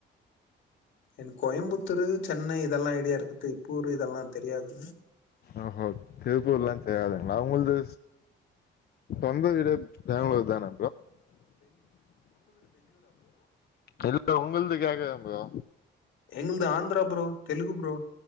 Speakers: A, on the left; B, on the left.
A: என் கோயம்புத்தூர் சென்னை இதல்லாம் ஐடியா இருக்குது திருப்பூர் இதல்லாம் தெரியாது
B: ஓஹோ திருப்பூர்லா தெரியாதுங்களா உங்கள்து சொந்த ஊர் பேங்களூரு தானா இல்ல உங்கள்து கேக்கறேன் ப்ரோ
A: எங்கள்து ஆந்திரா ப்ரோ தெலுங்கு ப்ரோ